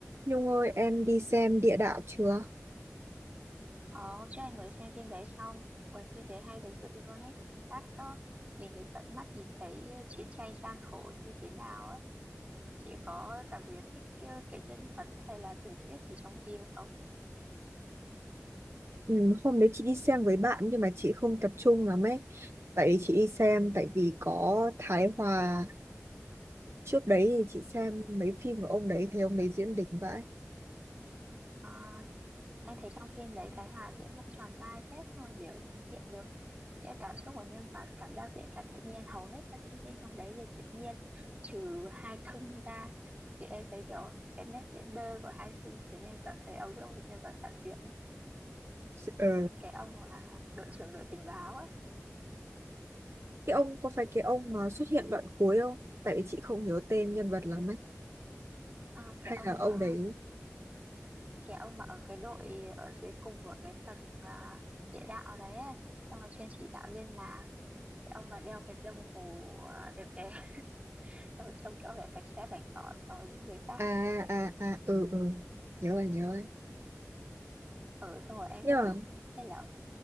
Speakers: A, on the right; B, on the right.
A: Nhung ơi, em đi xem địa đạo chưa?
B: Ờ, hôm trước em mới xem phim đấy xong, Ui, phim đấy hay thật sự luôn ấy. Cảm giác có mình được tận mắt nhìn thấy ờ, chiến tranh gian khổ như thế nào ấy. Chị có đặc biệt thích ờ, cái nhân vật hay là tình tiết gì trong phim không?
A: Ừ, hôm đấy chị đi xem với bạn nhưng mà chị không tập trung lắm ấy. Tại vì chị đi xem, tại vì có Thái Hòa. Trước đấy thì chị xem mấy phim của ông đấy, thấy ông đấy diễn đỉnh vãi.
B: À, em thấy trong phim đấy Thái Hòa diễn cũng tròn vai phết rồi biểu hiện được những cảm xúc của nhân vật, cảm giác diễn khá tự nhiên, hầu hết các diễn viên trong đấy đều tự nhiên, trừ hai thương ra. Thì em thấy kiểu cái nét diễn đơ của hai thương khiến em cảm thấy ông là một nhân vật phản diện.
A: Ờ.
B: cái ông là đội trưởng đội tình báo á
A: Cái ông, có phải cái ông mà xuất hiện đoạn cuối không? Tại vì chị không nhớ tên nhân vật lắm ấy.
B: à, cái
A: Hay
B: ông
A: là ông
B: à,
A: đấy?
B: cái ông mà ở cái đội ở dưới cùng của cái tầng à, địa đạo đấy ấy. xong rồi chuyên chỉ đạo liên lạc cái ông mà đeo cái đồng hồ à, đẹp đẽ <laughs> xong rồi trông kiểu vẻ sạch sẽ bảnh tỏn so với những người khác
A: À, à, à, ừ, ừ. Nhớ rồi, nhớ rồi.
B: ở xong rồi em
A: Nhưng
B: cứ
A: mà,
B: biết hay là ông